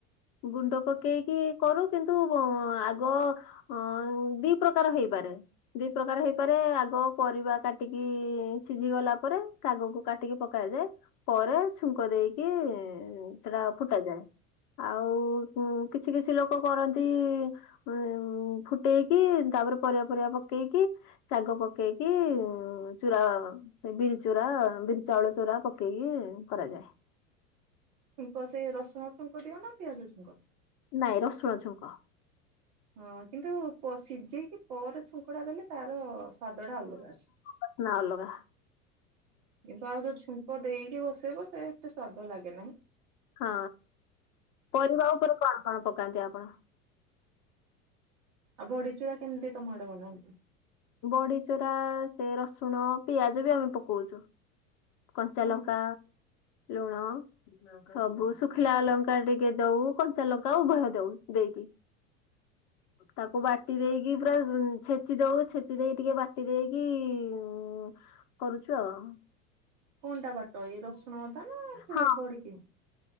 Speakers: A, on the left (about 40°); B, on the right (about 55°).
A: ଗୁଣ୍ଡ ପକେଇକି କରୁ କିନ୍ତୁ ଆଗ ଅ ଦି ପ୍ରକାର ହେଇପାରେ ଦି ପ୍ରକାର ହେଇପାରେ ଆଗ ପରିବା କାଟିକି ସିଝି ଗଲା ପରେ ଶାଗକୁ କାଟିକି ପକାଯାଏ ପରେ ଛୁଙ୍କ ଦେଇକି ସେଟା ଫୁଟା ଯାଏ। ଆଉ କିଛି କିଛି ଲୋକ କରନ୍ତି ଉ ଫୁଟେଇକି ତାପରେ ପରିବା ପରିବା ପକେଇକି ଶାଗ ପକେଇକି ଚୁରା ସେ ବିରି ଚୁରା ବିରି ଚାଉଳ ଚୁରା ପକେଇକି କରାଯାଏ।
B: ଛୁଙ୍କ ସେ ରସୁଣ ଛୁଙ୍କ ଦିଅ ନା ପିଆଜ ଛୁଙ୍କ
A: ନାଇଁ ରସୁଣ ଛୁଙ୍କ
B: ହଁ କିନ୍ତୁ ସିଝେଇକି ପରେ ଛୁଙ୍କଡା ଦେଲେ ତାର ସ୍ୱାଦଟା ଅଲଗା ଅଛି
A: ବାସ୍ନା ଅଲଗା।
B: କି ଆଉ ଯୋ ଛୁଙ୍କ ଦେଇକି ବସେଇବ ସେ ଏତେ ସ୍ଵାଦ ଲାଗେ ନାହିଁ
A: ହଁ ପରିବା ଉପରେ କଣ କଣ ପକାନ୍ତି ଆପଣ?
B: ଆଉ ବଡ଼ିଚୁରା କେମିତି ତମ ଆଡେ ବନାନ୍ତି?
A: ବଡି ଚୁରା ସେ ରସୁଣ ପିଆଜ ବି ଆମେ ପକଉଛୁ। କଞ୍ଚାଲଙ୍କା
B: ହଁ
A: ଲୁଣ ସବୁ ଶୁଖିଲା ଲଙ୍କା ଟିକେ ଦଉ କଞ୍ଚା ଲଙ୍କା ଉଭୟ ଦଉ ଦେଇକି
B: <inaudible>
A: ତାକୁ ବାଟି ଦେଇକି ପୁରା ଛେଚି ଦଉ ଛେଚି ଦେଇକି ଟିକେ ବାଟି ଦେଇକି ଉ କରୁଛୁ ଆଉ
B: କଣଟା ବାଟ ଏଇ ରସୁଣ ଅଦା ନା ସେ
A: ହଁ
B: ବଡିକି